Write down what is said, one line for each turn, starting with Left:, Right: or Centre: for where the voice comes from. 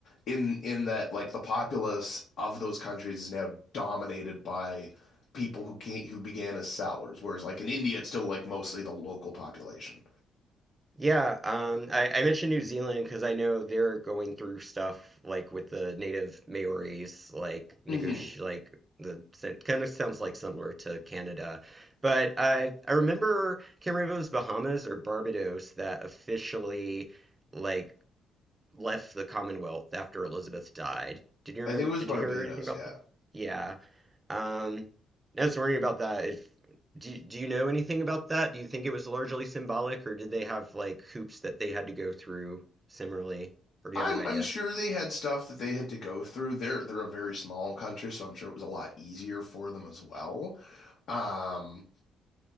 Left: in in that like the populace of those countries is now dominated by people who can't who began as settlers whereas like in India it's still like mostly the local population.
Right: Yeah, um, I, I mentioned New Zealand because I know they're going through stuff like with the native Maoris, like negoti
Left: Mhm.
Right: like the kind of sounds like similar to Canada. But I I remember can't remember if it was Bahamas or Barbados that officially like left the Commonwealth after Elizabeth died. Did you remember?
Left: I think it was
Right: Did
Left: Barbados,
Right: you hear anything about
Left: yeah.
Right: that? Yeah. Um, I was wondering about that. If do do you know anything about that? Do you think it was largely symbolic, or did they have like hoops that they had to go through similarly, or do
Left: I'm
Right: you have no idea?
Left: I'm sure they had stuff that they had to go through. They're they're a very small country, so I'm sure it was a lot easier for them as well. Um,